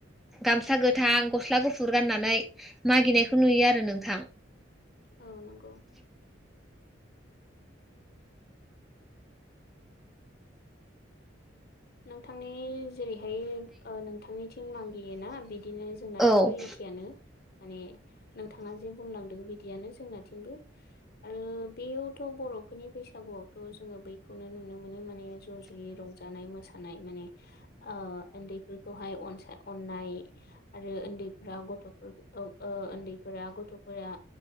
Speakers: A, in the centre; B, on the left.
A: गामसा गोथां गस्ला गुफुर गाननानै मागिनायखौ नुयो आरो नोंथां।
B: औ नंगौ। नोंथांनि जेरैहाय ओ नोंथांनिथिं मांगियोना बिदिनो जोंनाथिंबो
A: औ औ
B: एखेयानो। माने नोंथाङा जे बुंलांदों बिदियानो जोंनाथिंबो ओ बेयाव थ' बर'फोरनि बैसागुआवथ' जोङो बैखौनो नुनो मोनो माने ज' ज'यै रंजानाय मोसा नाय माने ओ ओन्दैफोरखौ हाय अनसा अननाय आरो उन्दैफोरा ग गथ'फोर औ ओ ओन्दैफोरा गथ'फोरा